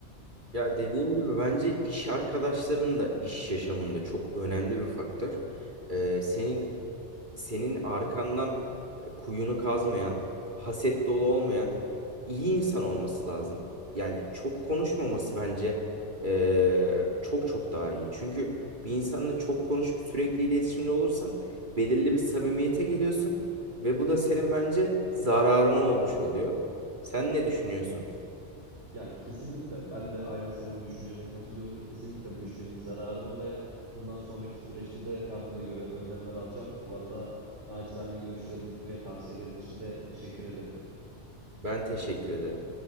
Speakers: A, on the right; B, on the right.
A: Ya dediğim gibi bence iş arkadaşların da iş yaşamında çok önemli bir faktör. Ee, senin senin arkandan e, kuyunu kazmayan, haset dolu olmayan iyi insan olması lazım. Yani çok konuşmaması bence e, çok çok daha iyi. Çünkü bir insanla çok konuşup sürekli iletişimde olursan belirli bir samimiyete geliyorsun ve bu da senin bence zararına olmuş oluyor. Sen ne düşünüyorsun?
B: Ya kesinlikle ben de aynı senin düşüncene katılıyorum. Kesinlikle bu iş benim zararıma ve bundan sonraki süreçte de ben buna göre önlemler alacağım. Bu arada nacizane görüşlerin ve tavsiyelerin için de teşekkür ederim.
A: Ben teşekkür ederim.